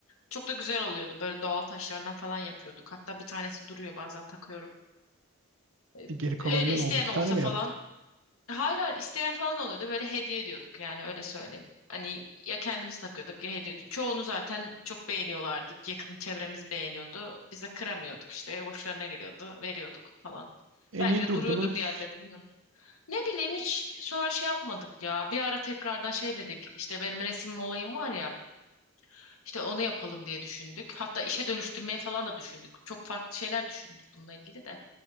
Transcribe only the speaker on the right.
E, geri kalanından
oldu. Bir
tane mi
yaptım?
E
niye
durdunuz?